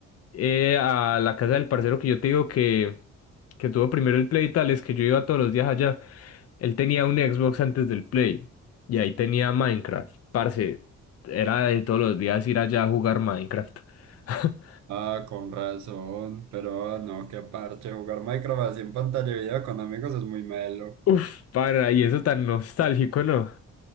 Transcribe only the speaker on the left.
eh, a la casa del parcero que yo te digo que, que tuvo primero el Play y tal, es que yo iba todos los días allá. Él tenía un Xbox antes del Play y ahí tenía Minecraft. Parce, era de todos los días ir allá a jugar Minecraft. <laughs>
Uf, para, y eso tan nostálgico, ¿no?